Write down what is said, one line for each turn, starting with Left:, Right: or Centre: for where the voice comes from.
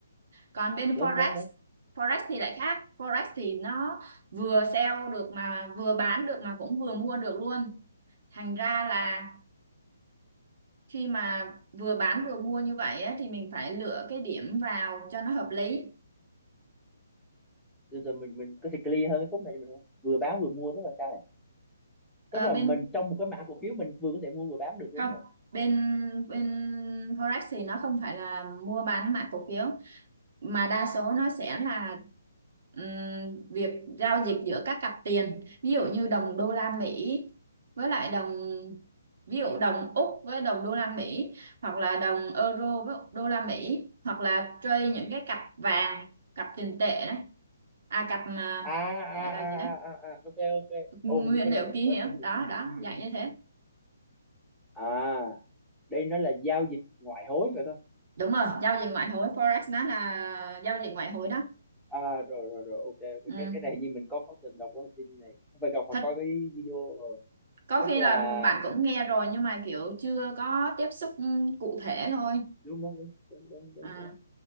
Right: còn bên
Centre: đúng
Right: forex
Centre: đúng đúng
Right: forex thì lại khác forex thì nó vừa sell được mà vừa bán được mà cũng vừa mua được luôn thành ra là khi mà vừa bán vừa mua như vậy á, thì mình phải lựa cái điểm vào cho nó hợp lý
Centre: rồi, rồi mình mình có thể clear hơn cái khúc này cho mình không vừa bán vừa mua tức là sao này
Right: Ờ,
Centre: tức là
Right: bên
Centre: mình trong một cái mã cổ phiếu mình vừa có thể mua vừa bán được đúng
Right: không
Centre: hả
Right: bên bên forex thì nó không phải là mua bán mã cổ phiếu mà đa số nó sẽ là ừm, việc giao dịch giữa các cặp tiền ví dụ như đồng đô la Mỹ với lại đồng ví dụ đồng Úc với đồng đô la Mỹ hoặc là đồng euro với đô la Mỹ hoặc là trade những cái cặp vàng cặp tiền tệ đấy, à cặp mà
Centre: à à à
Right: gọi là gì đấy
Centre: à à, à ok ok
Right: nguyên
Centre: ô hình như cái
Right: liệu
Centre: này mình
Right: kỳ
Centre: có
Right: hiệu
Centre: sở thông
Right: đó
Centre: tin về
Right: đó
Centre: cái này
Right: dạng
Centre: rồi
Right: như thế
Centre: à đây nó là giao dịch ngoại hối phải không
Right: đúng rồi giao dịch ngoại hối forex nó là giao dịch ngoại hối đó
Centre: à, rồi rồi rồi ok, ok
Right: ừ.
Centre: cái cái này như mình có có từng đọc cái thông tin này không phải đọc mà
Right: Thật
Centre: coi cái video rồi
Right: có
Centre: tức
Right: khi
Centre: là
Right: là bạn cũng nghe rồi nhưng mà kiểu chưa có tiếp xúc ừ, cụ thể thôi
Centre: đúng đúng đúng đúng đúng đúng,
Right: à,
Centre: đúng.